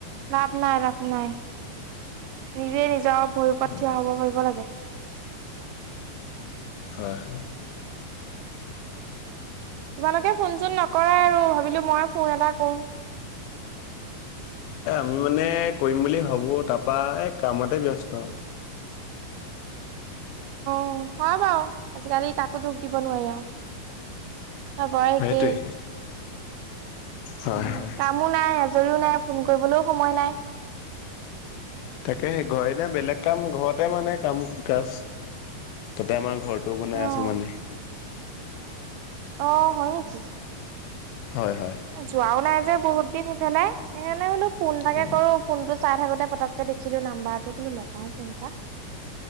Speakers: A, on the right; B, on the left.
A: লাভ নাই লাভ নাই নিজে নিজৰ ভৰিৰ ওপৰত
B: হয়
A: থিয় হব পাৰিব লাগে।
B: হয়, হয়।
A: তোমালোকে ফোন চোন নকৰাই আৰু ভাবিলো মই ফোন এটা কৰো।
B: এ আমি মানে কৰিম বুলি ভাবো তাৰপা এই কামতে ব্যস্ত।
A: অ হয় বাৰু আজিকালি ক। কতো দুখ দিব নোৱাৰি আও। চবৰেএকে।
B: সেইটোৱে হয়
A: উম
B: হয়
A: কামো নাই আজৰিও নাই। ফোন কৰিবলৈও সময় নাই।
B: তাকে সেই ঘৰ এনে বেলেগ কাম ঘৰতে মানে কাম কাজ তাতে আমাৰ ঘৰটোও বনাই
A: অ
B: আছো মানে।
A: অ হয় নেকি!
B: হয় হয়।
A: যোৱাও নাই যে। বহুত দিন সেইফালে সেইকাৰণে বোলো। ফোন এাকে
B: অ
A: কৰো ফোন টো চাই থাকোতে। পতককে দেখিলো নাম্বাৰটো বোলো লগাও ফনটা।